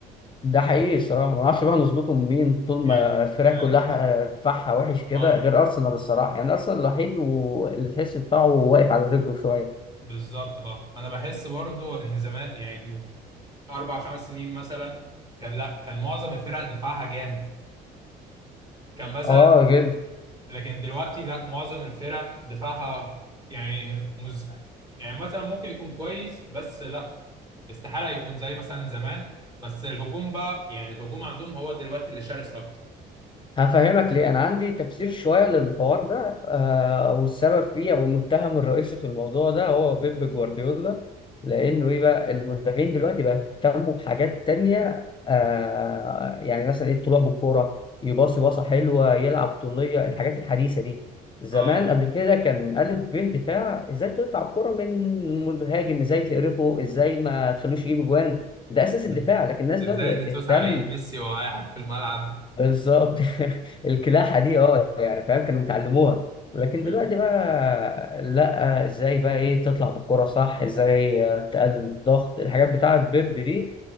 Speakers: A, on the left; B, on the right.
A: ده حقيقي الصراحه ما نعرفش بقى نظبطه من مين طول
B: يعني
A: ما الفرق
B: زمان
A: كلها دفاعها وحش كده
B: اه
A: غير ارسنال الصراحه يعني ارسنال الوحيد واللي تحس دفاعه واقف على رجله شويه
B: بالظبط اه انا بحس برضه ان زمان يعني من اربع خمس سنين مثلا كان لا كان معظم الفرق دفاعها جامد كان مثلا
A: اه جدا
B: لكن دلوقتي لا معظم الفرق دفاعها يعني مز يعني مثلا ممكن يكون كويس بس لا استحالة يكون زي مثلا زمان بس الهجوم بقى يعني الهجوم عندهم هو دلوقتي اللي شرس اكتر
A: هفهمك ليه أنا عندي تفسير شوية للحوار ده آه والسبب فيه أو المتهم الرئيسي في الموضوع ده هو بيب جوارديولا لأنه إيه بقى المدافعين دلوقتي بقى اهتموا بحاجات تانية آه يعني مثلا إيه الطلوع بالكورة يباصي باصة حلوة يلعب طولية الحاجات الحديثة دي زمان
B: اه
A: قبل كده كان ألف ب دفاع إزاي تقطع الكورة من مهاجم إزاي تقرفه إزاي ما تخلوش يجيب جوان ده أساس
B: مم.
A: الدفاع لكن الناس
B: ازاي
A: دلوقتي بقت
B: دي توسع
A: تهتم
B: على ايد ميسي وهو قاعد في الملعب
A: بالظبط <laughs> الكلاحة دي اه يعني فاهم كانوا بيتعلموها لكن
B: <laughs>
A: دلوقتي بقى لا ازاي بقى ايه تطلع بالكرة صح ازاي آه، تقلل الضغط الحاجات بتاعة بيب دي